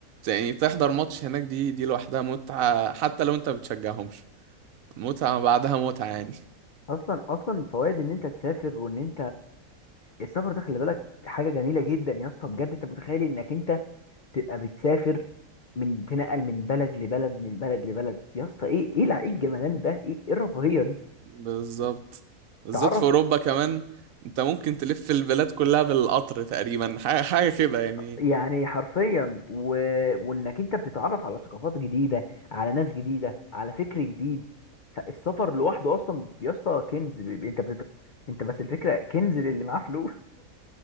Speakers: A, on the right (about 70°); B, on the left (about 65°).
A: يعني تحضر ماتش هناك دي دي لوحدها متعه حتى لو انت بتشجعهمش متعه بعدها متعه يعني
B: اصلا اصلا فوائد ان انت تسافر وان السفر ده خلي بالك حاجة جميلة جدا يا اسطى بجد انت متخيل انك انت تبقى بتسافر من تنقل من بلد لبلد من بلد لبلد يا اسطى ايه ايه الع- ايه الجمدان ده ايه ايه الرفاهية دي
A: بالظبط بالذات
B: تعرف
A: في اوروبا كمان انت ممكن تلف البلاد كلها بالقطر تقريبا حاجه حاجه كده يعني
B: يعني حرفيا و... وانك انت بتتعرف على ثقافات جديدة على ناس جديدة على فكر جديد فالسفر لوحده اصلا يا اسطى كنز ب... ب- انت بتت... انت بس الفكرة كنز للي معاه فلوس